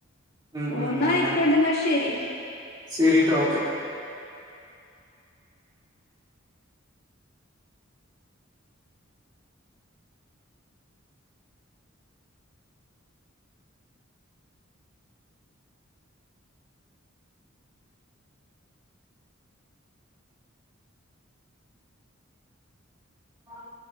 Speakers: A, on the right (about 20°); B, on the left (about 50°).
A: ഉം ഉം
B: ഓ ന്നാ
A: അങ്ങനെ
B: ആയിക്കോട്ടെ എന്നാ ശരി
A: ശരിട്ടോ ഓക്കെ. ആഹ്.